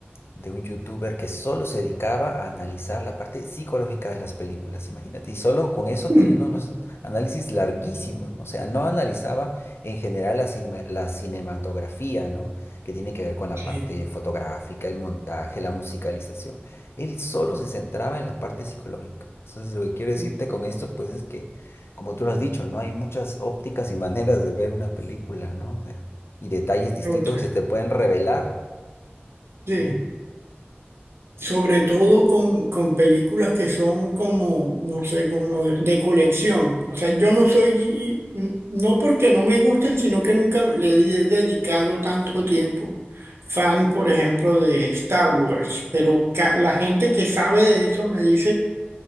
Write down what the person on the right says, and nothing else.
Mm,
Sí,
mm,
otra.
Sí. Sobre todo con, con películas que son como, no sé, como de de colección. O sea, yo no soy, mm, no porque no me gusten, sino que nunca le he dedicado tanto tiempo. Fan, por ejemplo, de Star Wars, pero ca- la gente que sabe de eso me dice